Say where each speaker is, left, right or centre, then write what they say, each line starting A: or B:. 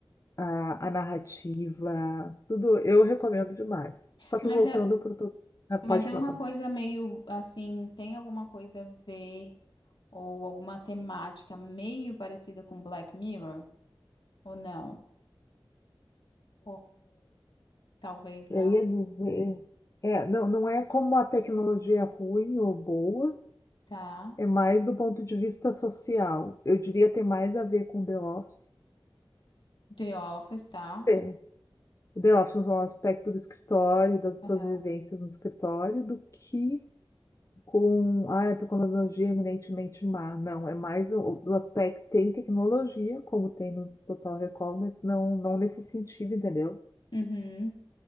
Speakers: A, on the left (about 35°); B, on the left (about 65°).
A: a, a narrativa, tudo, eu recomendo demais. Só que
B: Mas
A: voltando
B: é,
A: para o...
B: mas
A: Pode
B: é
A: falar,
B: uma
A: Paulo.
B: coisa meio assim, tem alguma coisa a ver ou alguma temática meio parecida com Black Mirror? Ou não? Ou talvez não.
A: Eu ia dizer... É, não, não é como a tecnologia é ruim ou boa,
B: Tá.
A: É mais do ponto de vista social. Eu diria ter mais a ver com The Office.
B: The Office, tá.
A: É, o The Office é um aspecto do escritório, das
B: Aham.
A: tuas vivências no escritório, do que com ah, a tecnologia é eminentemente má. Não, é mais o- do aspecto tem tecnologia, como tem no Total Recall, mas não, não nesse sentido, entendeu?
B: Uhum.